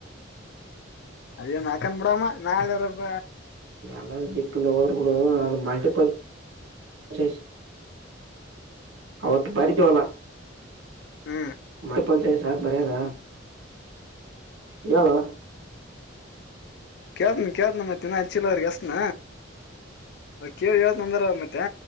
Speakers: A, on the left (about 60°); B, on the right (about 80°).
A: ಅದನ ಹಾಕನ್ ಬಿಡಾಮ ನಾಳೇರ ಪ
B: ಏನೋ ಡಿ ಫ್ಲರ್ ಬಿಡು ಅದ ಮಲ್ಟಿಪಲ್ ಚೆಸ್ ಅವತ್ತ ಬಾರಕ್ಕೆವಲ
A: ಹ್ಮ
B: ಮಪಲ್ಚಾಯ ಚಾಯ್ಸ್ ಬರದ ಹೇಳೋ
A: ಕೇಳ್ತನ ಕೇಳ್ತನ ಮತ್ತ ಇನ ಹಚ್ಚಿಲ ಅವ್ರಿಗ ಹಚ್ತನ ಕೇಳಿ ಹೇಳ್ತ ಅಂದಾರ ಮತ್ತೆ